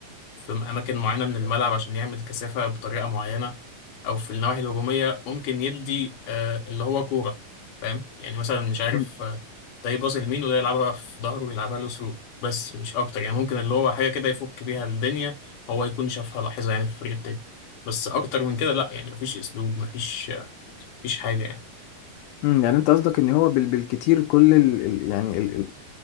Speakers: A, on the left; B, on the left.
A: في أماكن معينة من الملعب عشان يعمل كثافة بطريقة معينة أو في النواحي الهجومية ممكن يدي آه، اللي هو كورة فاهم يعني مثلا مش عارف
B: مم.
A: آه، ده يباص لمين وده يلعبها في ظهره ويلعبها له ثرو بس مش أكتر يعني ممكن اللي هو حاجة كده يفك بيها الدنيا هو يكون شافها لاحظها يعني في الفريق التاني بس أكتر من كده لأ يعني مفيش أسلوب مفيش آه، مفيش حاجة يعني
B: مم، يعني انت قصدك ان هو بال... بالكتير كل ال... ال- يعني ال... ال-